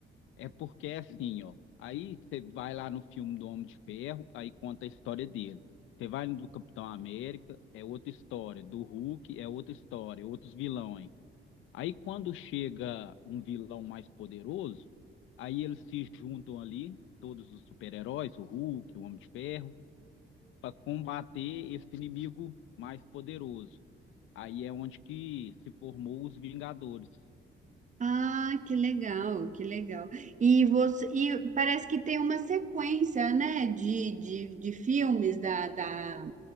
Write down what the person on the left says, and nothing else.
É porque é assim, ó. Aí você vai lá no filme do Homem de Ferro, aí conta a história dele. Você vai no do Capitão América, é outra história. Do Hulk, é outra história, é outros vilões. Aí quando chega um vilão mais poderoso, aí eles se juntam ali, todos os super-heróis, o Hulk, o Homem de Ferro para combater esse inimigo mais poderoso. Aí é onde que se formou os Vingadores.